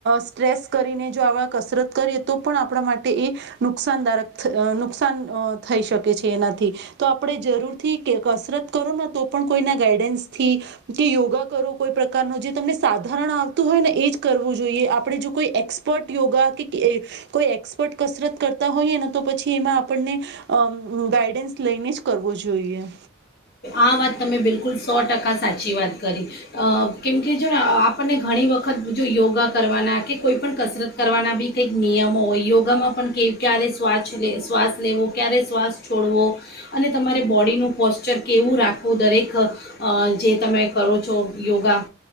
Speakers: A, on the right (about 55°); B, on the left (about 50°).
A: સ્ટ્રેસ કરીને, જો આવા કસરત કરીએ તો પણ આપણા માટે એ નુકસાનદારક, નુકસાન થઈ શકે છે એનાથી. તો આપણે જરૂરથી કસરત કરો ને તો પણ કોઈના ગાઈડન્સથી કે યોગા કરો કોઈ પ્રકારનું, જે તમને સાધારણ આવતું હોય ને એ જ કરવું જોઈએ. આપણે જો કોઈ એક્સપર્ટ યોગા કે કોઈ એક્સપર્ટ કસરત કરતા હોઈએ ને, તો પછી એમાં આપણને ગાઈડન્સ લઈને જ કરવું જોઈયે.
B: આ વાત તમે બિલકુલ સો ટકા સાચી વાત કરી. અ કેમકે જોને અ આપણને ઘણી વખત જો યોગા કરવાના, કે કોઈપણ કસરત કરવાના બી કંઈક નિયમો હોય. યોગામાં પણ કે ક્યારે શ્વાછ લે, શ્વાસ લેવો ક્યારે શ્વાસ છોડવો, અને તમારે બોડીનું પોશ્ચર કેવું રાખવું, દરેક જે તમે કરો છો યોગા,